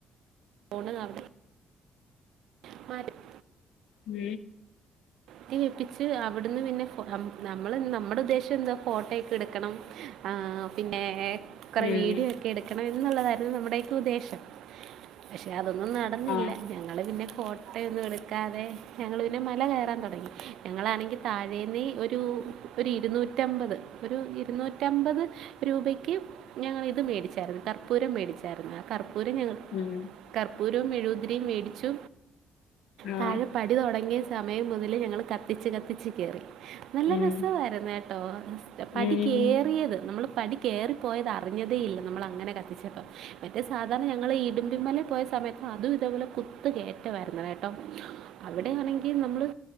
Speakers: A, on the right; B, on the left.
A: <unintelligible> <unintelligible>
B: ഉം
A: കുത്തി വെപ്പിച്ച് അവിട്ന്ന് പിന്നെ നമ്മ നമ്മള് നമ്മുടെ ഉദ്ദേശ്യംന്താ ഫോട്ടോയൊക്കെ എടുക്കണം ആഹ് പിന്നെ കുറെ
B: ഉം
A: വീഡിയോക്കെ എടുക്കണം എന്നുള്ളതായിരുന്നു നമ്മുടെക്കെ ഉദ്ദേശം പക്ഷെ അതൊന്നും നടന്നില്ല
B: ആഹ്
A: ഞങ്ങള് പിന്നെ ഫോട്ടോയൊന്നും എടുക്കാതെ ഞങ്ങള് പിന്നെ മല കേറാൻ തോടങ്ങി ഞങ്ങളാണെങ്കി താഴേന്ന് ഒരു ഒരു ഇരുന്നൂറ്റമ്പത് ഒരു ഇരുന്നൂറ്റമ്പത് രൂപയ്ക്ക് ഞങ്ങളിത് മേടിച്ചായിരുന്നു കർപ്പൂരം മേടിച്ചായിരുന്നു ആ കർപ്പൂരം ഞങ്ങള്
B: ഉം
A: കർപ്പൂരും മെഴൂക് തിരിയും മേടിച്ചു
B: ആഹ്
A: താഴെ പടി തുടങ്ങിയ സമയം മുതല് ഞങ്ങള് കത്തിച്ച് കത്തിച്ച് കേറി നല്ല
B: ഉം
A: രസായിരുന്നു കെട്ടോ പടി
B: ഉം
A: കേറിയത്
B: ഉം ഉം ഉം ഉം
A: നമ്മൾ പടി കേറിപ്പോയത് അറിഞ്ഞതേ ഇല്ല നമ്മളങ്ങനെ കത്തിച്ചപ്പം മറ്റേ സാധാരണ ഞങ്ങള് ഇടുമ്പിമല പോയ സമയത്ത് അതും ഇതേ പോലെ കുത്ത് കേ വര്ണെ കേട്ടോ അവിടെ ആണെങ്കി നമ്മള്